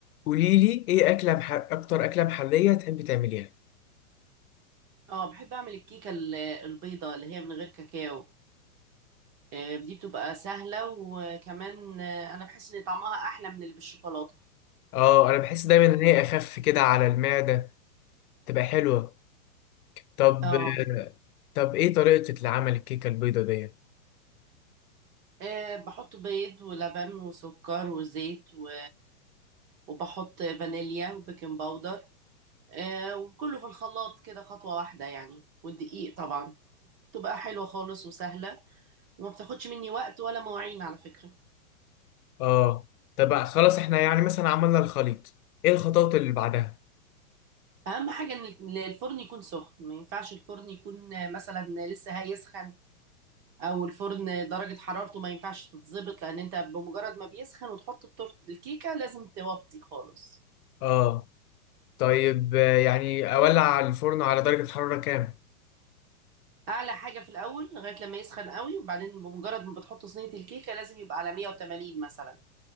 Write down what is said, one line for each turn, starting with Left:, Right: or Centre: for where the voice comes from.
Left: قولي لي ايه اكله مح... اكتر اكله محليه تحبي تعمليها
Right: اه بحب اعمل الكيكه ال- البيضه اللي هي من غير كاكاو آه، دي بتبقى سهله وكمان آه، انا بحس ان طعمها احلى من اللي بالشوكولاته
Left: اه انا بحس دايما ان هي اخف كده على المعده تبقى حلوه طب
Right: اه
Left: طب ايه طريقتك لعمل الكيكه البيضه دي
Right: آه، بحط بيض ولبن وسكر وزيت و... وبحط فانيليا وبيكنج باودر آه، وكله في الخلاط كده خطوه واحده يعني والدقيق طبعا بتبقى حلوه خالص وسهله وما بتاخدش مني وقت ولا مواعين على فكره
Left: اه طب خلاص احنا يعني مثلا عملنا الخليط ايه الخطوات اللي بعدها
Right: اهم حاجه ان الفرن يكون سخن ما ينفعش الفرن يكون آه، مثلا لسه هيسخن او الفرن درجة حرارته ما ينفعش تتظبط لان انت بمجرد ما بيسخن وتحط التورت الكيكة لازم توطي خالص
Left: اه طيب آه، يعني اولع الفرن على درجه حراره كام
Right: اعلى حاجة في الاول لغاية لما يسخن قوي وبعدين بمجرد ما بتحط صينية الكيكة لازم يبقى على 180 مثلا